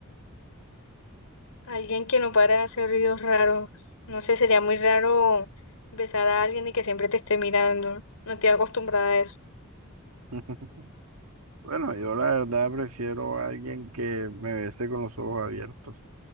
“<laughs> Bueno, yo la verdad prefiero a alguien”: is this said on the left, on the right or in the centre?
Right